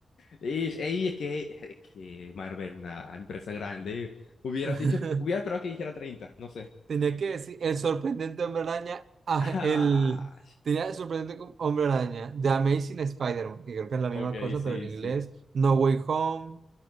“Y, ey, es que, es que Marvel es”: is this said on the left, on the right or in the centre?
Left